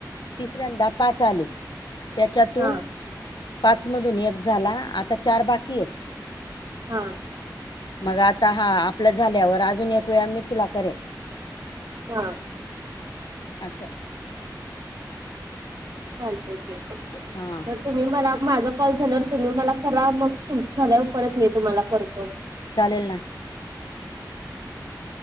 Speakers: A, on the left (about 85°); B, on the right (about 70°).
A: तिसऱ्यांदा पाच आले. त्याच्यातून
B: हा
A: पाच मधून एक झाला आता चार बाकी येत.
B: हा
A: मग आता हा आपलं झाल्यावर अजून एक वेळा मी तुला करेल.
B: ह
A: असं
B: चालतयं की
A: हा
B: मग तुम्ही मला माझा कॉल झाल्यावर तुम्ही मला करा मग तुमचं झाल्यावर परत मी तुम्हाला करतो.
A: चालेल ना